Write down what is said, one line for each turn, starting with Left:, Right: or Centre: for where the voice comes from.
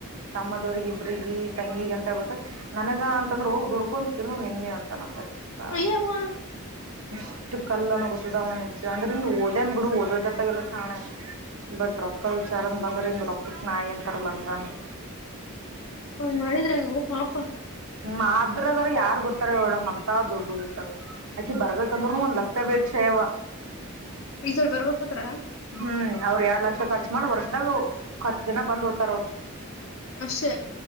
Right: ತಮ್ಮದವ್ರಗ ಇಬ್ರಿಗೆಿ ತಂಗಿಗ ಅಂತ ಹೇಳ್ಬಿಟ್ಟು ನನಗ ಅಂತಂದ್ರ ಹೋಗ್ ದುಡ್ಕೊಂತಿನ ನಿಂದೆ ಅಂತನಂತ ಹಾ
Left: ಅಯ್ಯವ್ವ
Right: ಇಷ್ಟು ಕಲ್ಲನ ಗೊತ್ತದ ಮನಿಜ ಅಂದ್ರ ಹಂಗ ಓದೇನ್ ಬಿಡು ಓದದರ್ದಾಗೆಲ್ಲ ಶಾಣೇ ಬಟ್ ರೊಕ್ಕ ವಿಚಾರನ್ ಬಂದ್ರ ಹಂಗ ರೊಕ್ಕಟ್ಟ ನಾಯಿ ಅಂತಾರ ಲಂಗನ್
Left: ಮಾಡಿದ್ರ ಓ ಪಾಪ
Right: ಮಾದ್ರಗರ ಯಾರ್ ಗೊತ್ತಾರ ಹೋಡಮ್ ಅಂತ ದೊಡ್ಡ ಉಂಟ ಆಾಕಿ ಬರ್ಬೇಕಂದ್ರರುನು ಒಂದ್ಕ್ತ ವೇಟ್ಷಯ್ಯವ
Left: ರಸಲ್ ಬರ್ಬೇಕತ್ರ
Right: ಹ್ಮ್ ಅವ್ರ ಎರಡ್ ಲಕ್ಷ ಖರ್ಚಚ್ ಮಾಡಿ ವರ್ಷದಾಗ ಹತ್ತು ದಿನ ಬಂದ್ ಓ್ತಾರ ಅವರು
Left: ಅೆ